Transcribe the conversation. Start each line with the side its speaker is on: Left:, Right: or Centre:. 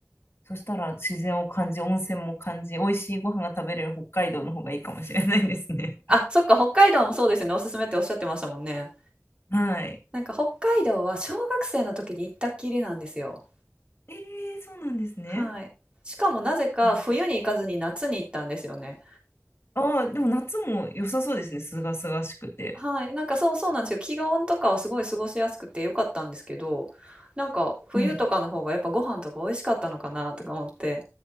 Left: そしたら自然を感じ、温泉も感じ、美味しいご飯が食べれる北海道の方がいいかもしれないですね。
Right: あ、そっか、北海道もそうですよね。おすすめっておっしゃってましたもんね。
Left: <laughs> はい。
Right: なんか北海道は小学生の時に行ったっきりなんですよ。
Left: えー、そうなんですね。
Right: はい。しかもなぜか冬に行かずに夏に行ったんですよね。
Left: うん、ああ、でも夏も良さそうですね。すがすがしくて。
Right: はい。なんかそうそうなんですよ。気温とかはすごい過ごしやすくてよかったんですけど、なんか冬とかの方がやっぱご飯とか美味しかったのかなとか思って。
Left: はい。